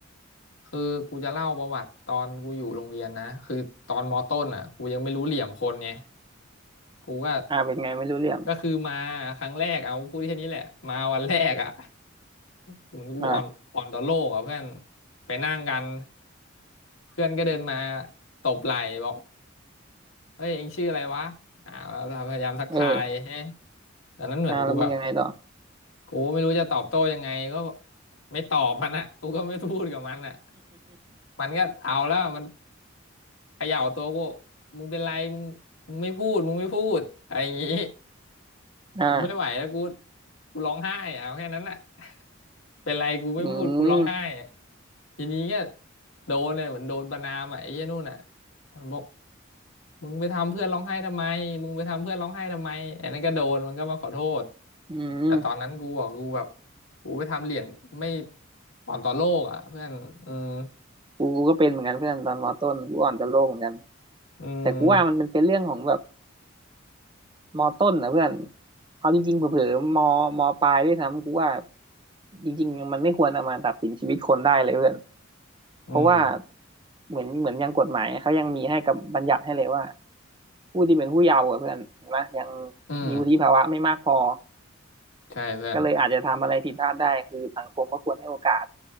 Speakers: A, on the left (about 85°); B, on the right (about 25°).
A: คือกูจะเล่าประวัติตอนกูอยู่โรงเรียนนะคือตอนมต้นอ่ะกูยังไม่รู้เหลี่ยมคนไงกูก็
B: อ่าเป็นไงไม่รู้เรื่อง
A: ก็คือมาครั้งแรกเอาพูดแค่นี้แหละมาวันแรกอ่ะเหมือนกูอ่อนอ่อนต่อโลกอ่ะเพื่อน
B: อ่า
A: ไปนั่งกันเพื่อนก็เดินมาตบไหล่บอกเฮ้ยเองชื่ออะไรวะอ่าเราพยายามทักทายเฮ้ย
B: เออ
A: ตอนนั้นเหมือนกูแบบ
B: อ่าแล้วมึงยังไงต่อ
A: กูไม่รู้จะตอบโต้ยังไงก็ไม่ตอบมันอ่ะกูก็ไม่พูดกับมันอ่ะมันก็เอาแล้วมัน เขย่าตัวกูมึงเป็นไรมึงมึงไม่พูดมึงไม่พูดอะไรอย่างงี้
B: อ่า
A: กูไม่ไหวแล้วกูกูร้องไห้อะเอาแค่นั้นแหละ <laughs> เป็นไรกูไม่พูดกูร้องไห้อะ
B: อืม
A: ทีนี้ก็โดนเนี่ยเหมือนโดนประณามอ่ะไอ้เหี้ยนู่นอ่ะบอกมึงไปทำเพื่อนร้องไห้ทำไมมึงไปทำเพื่อนร้องไห้ทำไมไอ้นั่นก็โดนมันก็มาขอโทษ
B: อืม
A: แต่ตอนนั้นกูอ่ะกูแบบกูไปทำเหรียญไม่อ่อนต่อโลกอ่ะเพื่อนอืม
B: กูกูก็เป็นเหมือนกันเพื่อนตอนมต้นกูอ่อนต่อโลกเหมือนกัน
A: อืม
B: แต่กูว่ามันเป็นเรื่องของแบบมอต้นนะเพื่อนเอาจริงๆเผลอๆมอมอปลายด้วยซ้ำกูว่าจริงๆมันไม่ควรเอามาตัดสินชีวิตคนได้เลยเพื่อนเพราะว่า
A: อืม
B: เหมือนเหมือนยังกฎหมายเขายังมีให้กับบัญญัติให้เลยว่าผู้ที่เป็นผู้เยาว์อะเพื่อนเห็นปะยัง
A: อืม
B: มีวุฒิภาวะไม่มากพอ
A: ใช่เพื่อน
B: ก็เลยอาจจะทำอะไรผิดพลาดได้คือสังคมก็ควรให้โอกาส